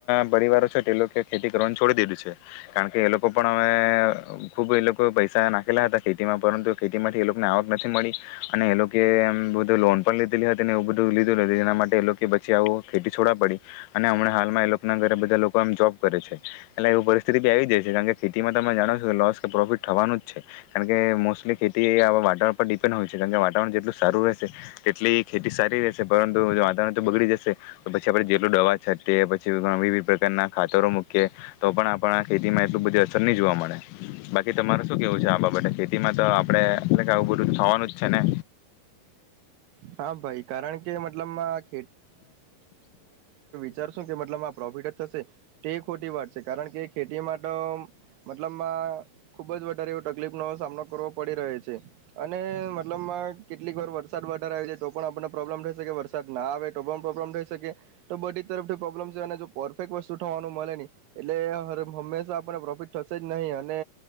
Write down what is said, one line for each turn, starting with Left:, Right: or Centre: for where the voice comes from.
Left: પરિવારો છે એ લોકો ખેતી કરવાનું છોડી દીધું છે કારણ કે એ લોકો પણ ખુબ એ લોકો પૈસા નાખેલા હતા ખેતીમાં પરંતુ ખેતી માંથી એ લોકો ને આવક નથી મળી અને એ લોકોમ બધ લોન પણ લીધેલી હતી ને એવું બધું લીધેલુંું જેના માટે એ લોકો પછી આવ ખેતી છોવા પડી અને હમણાં હાલમાં એ લોકોના ઘરે બધા લોકો એમ જોબ કરે છે એટલે એવી પરિસ્થિતિ બી આવી જાય છે કારણ કે ખેતીમાં તમે જાણો છો કે લોસ કે પ્રોફિટ થવાનું જ છે કારણ કે મોસ્ટલી ખેતી વાતાવરણ પર ડિપેન્ડ હોય છે કારણ કે વાતાવરણ જેટલું સારું રહેશે તેટલી ખેતી સારી રહેશે પરંતુ જો વાતાવરણ તો બગડી જશે તો પછી આપણે જેટલું દવા છે તે પછી વિવિધ પ્રકારના ખાતરો મૂકીએ તો પણ આપ ખેતીમાં એટલું બધી અસર નહી જોવા મળે બાકી તમારે શું કેવું છે આ બાબતે ખેતીમાં તો આપડણે એટ કે આવું બધું થવાનું જ છે ને
Right: હા ભાઈ કારણ કે મતલબમાં વિચારશો કે મતલબ આ પ્રોફિટ જ થશે તે ખોટી વાત છે કારણ કે ખેતી માટે મતલબમાં ખૂબ જ વધારે એવ તકલીફનો સામનો કરવો પડી રહ છે અને મતલબમાં કેટલીક વાર વરસાદ તો પણ આપણને પ્રોબ્લેમ રહેશે કે વરસાદ ના આવે તો પ્રોબ્લેમ થઈ શકે તો બ જ તરફથી પ્રોબ્મ છે અને જો પરફેક્ટ વસતુ થવાનું મળે નહી એટલે હંમેશા પ્રોફિટ થશે જ નહીં અને